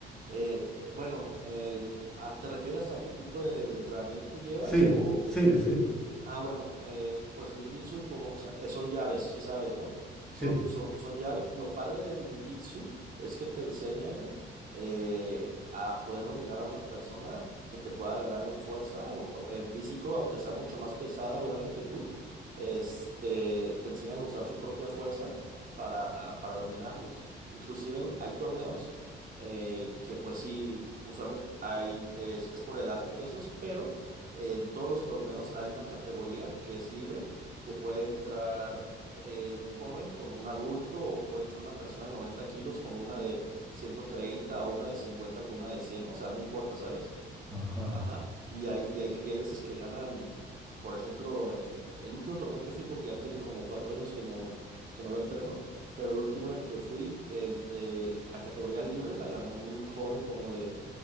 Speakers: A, on the right; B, in the centre.
A: Eh, eh, bueno, eh, ¿a- ¿te refieres a qué tipo de entrenamiento llevas
B: Sí,
A: o,
B: sí, sí,
A: Ah, bueno, eh, pues el jiu-jitsu como, o sea, eh, son llaves, sí sabes, ¿no? Son,
B: sí.
A: son, son llaves. Lo padre del jiu-jitsu es que te enseñan eh, a poder dominar a una persona que te pueda ganar en fuerza o, o en físico, aunque sea mucho más pesada o grande que tú. Este, te enseñan a usar su propia fuerza para, para dominarlos. Inclusive hay torneos eh, que pues sí, usualmente hay, es, es por edad y pesos, pero en todos los torneos hay una categoría que es libre, que puede entrar eh, un joven con un adulto o puede entrar una persona de 90 kilos con una de 130 o una de 50 con una de cien, O sea, no importa, ¿sabes?
B: Ajá,
A: Ajá. Y hay, y hay, y hay veces que ganan, por ejemplo, en el último torneo que fui, porque ya tiene como cuatro años que no, que no lo entreno, pero el último en el que fui, el, el- la categoría libre la ganó un joven como de